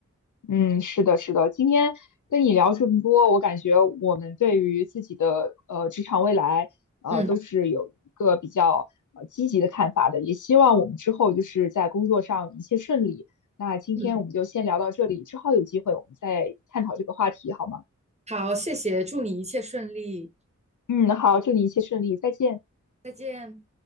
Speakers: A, on the left (about 80°); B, on the right (about 20°).
A: 嗯，是的，是的。今天跟你聊这么多，我感觉我们对于自己的呃职场未来，呃，
B: 嗯
A: 都是有一个比较呃积极的看法的。也希望我们之后就是在工作上一切顺利。那今天我们就先聊到这里，
B: 嗯，
A: 之后有机会我们再探讨这个话题，好吗？
B: 好，谢谢，祝你一切顺利，
A: 嗯，好，祝你一切顺利，再见。
B: 再见。